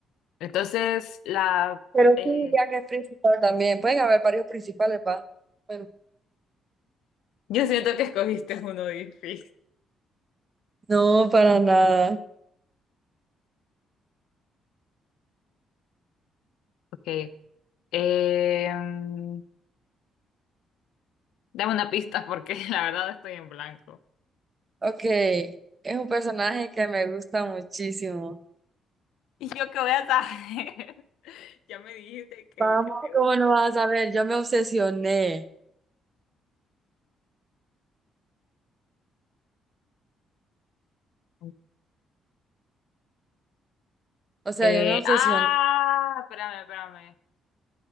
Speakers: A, on the left; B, on the right.
A: Entonces, la...
B: Pero
A: eh,
B: sí, ya que es principal también. Pueden haber varios principales, pa. Bueno.
A: yo siento que escogiste uno difícil.
B: No, para nada.
A: Ok. Em, dame una pista porque <laughs> la verdad estoy en blanco.
B: Ok. Es un personaje que me gusta muchísimo.
A: ¿Y yo qué voy a saber? <laughs> Ya me dijiste que,
B: Vamos,
A: que te
B: ¿cómo no vas a ver? Yo me obsesioné.
A: gusta.
B: O sea,
A: Eh,
B: yo me obsesioné.
A: ah, espérame, espérame.